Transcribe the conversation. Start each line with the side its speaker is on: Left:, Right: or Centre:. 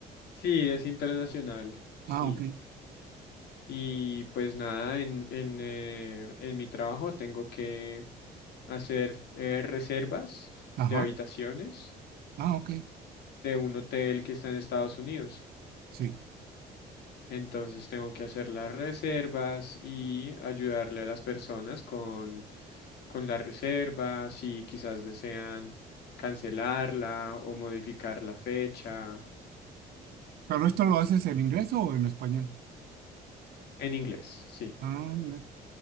Left: sí, es internacional, sí.
Right: Ah, ok,
Left: Y pues nada, en, en, eh, en mi trabajo tengo que hacer eh, reservas
Right: ajá,
Left: de habitaciones.
Right: ah, ok,
Left: de un hotel que está en Estados Unidos.
Right: sí.
Left: Entonces tengo que hacer las reservas y ayudarle a las personas con, con la reserva, si quizás desean cancelarla o modificar la fecha.
Right: ¿Pero esto lo haces en inglés o en español?
Left: En inglés, sí.
Right: Ah, mira,